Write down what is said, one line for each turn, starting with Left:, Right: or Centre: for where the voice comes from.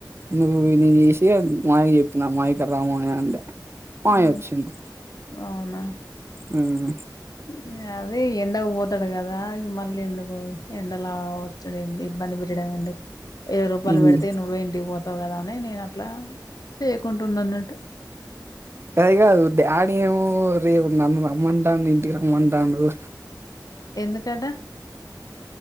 Right: నువ్వు నేన్ చేసి మాయాక్ చెప్పిన. మొయ్యీక రా మోయా అంటే మాయ
Left: ఆ
Right: వచ్చిండ్
Left: అవునా
Right: ఉహ్ హు
Left: ఉహ్ హే ఇంగ అవే ఎండకు పోతాడు గాదా. మళ్ళీ ఎందుకు ఎండలా వచ్చుడు ఏంది. ఇబ్బంది పెట్టడంమే దుక్ ఇరవై రూపాయలు
Right: మ్మ్
Left: పెడితే నువ్వే ఇటికి పోతావు గదా అని. నేను అట్లా సేయకుంటున్నాన్నట్టు.
Right: గాది గాదు డాడీ ఏమో రేపు నన్ను రమ్మంటండూ, ఇంటికి రమ్మంటండూ.
Left: ఎందుకటా.